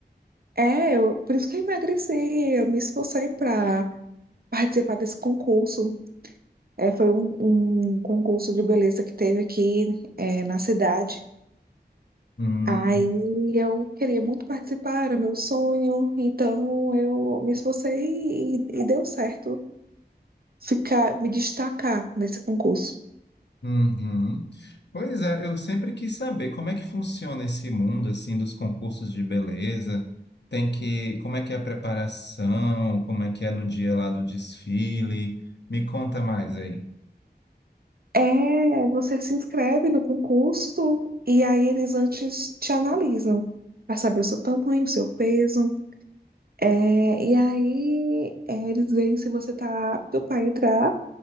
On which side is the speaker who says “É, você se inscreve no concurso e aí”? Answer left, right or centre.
Right